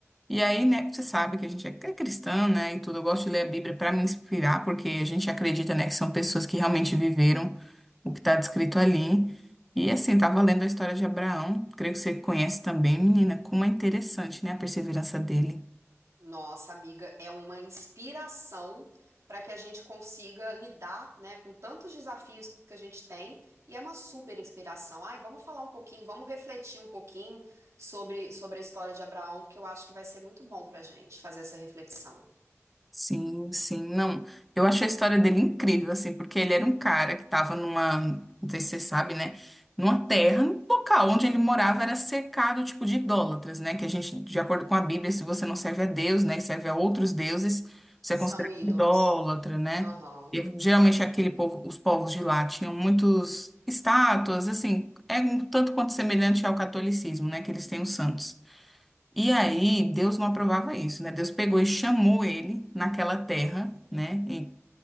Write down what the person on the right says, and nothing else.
Nossa, amiga, é uma inspiração para que a gente consiga lidar, né, com tantos desafios que a gente tem e é uma super inspiração. Ai, vamos falar um pouquinho, vamos refletir um pouquinho sobre, sobre a história de Abraão, porque eu acho que vai ser muito bom para a gente fazer essa reflexão.
São
ídolos.
Aham.